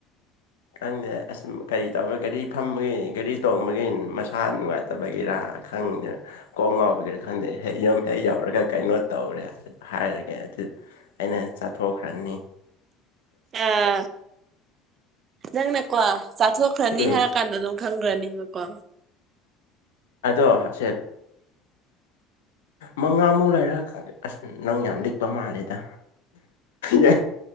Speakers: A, on the left; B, on the right.
A: ꯈꯪꯗꯦ ꯑꯁ ꯀꯔꯤ ꯇꯧꯔꯒ ꯒꯥꯔꯤ ꯐꯝꯕꯒꯤ ꯒꯥꯔꯤ ꯇꯣꯡꯕꯒꯤ ꯃꯁꯥ ꯅꯨꯡꯉꯥꯏꯇ ꯐꯠꯇꯕꯒꯤꯔꯥ ꯈꯪꯗꯦ ꯀꯣꯡ ꯉꯥꯎꯕꯒꯤꯔꯥ ꯈꯪꯗꯦ ꯍꯦꯛ ꯌꯨꯝ ꯍꯦꯛ ꯌꯥꯎꯔꯒ ꯀꯩꯅꯣ ꯇꯧꯔꯦ ꯍꯥꯏꯔꯒꯦ ꯑꯗꯨ ꯑꯩꯅ ꯆꯠꯊꯣꯛꯈ꯭ꯔꯅꯤ
B: ꯑꯥ ꯅꯪꯅꯀꯣ ꯆꯥꯊꯣꯛꯈ꯭ꯔꯅꯤꯍꯥꯛ
A: ꯎꯝ
B: ꯀꯥꯟꯗꯣ ꯑꯗꯨꯝ ꯈꯪꯈ꯭ꯔꯅꯤꯕꯀꯣ
A: ꯑꯗꯣ ꯁꯦ ꯃꯉꯥꯃꯨꯛ ꯂꯩꯔ ꯑꯁ ꯅꯪ ꯌꯥꯝ ꯂꯤꯛꯄ ꯃꯥꯜꯂꯦꯗ ꯌꯥ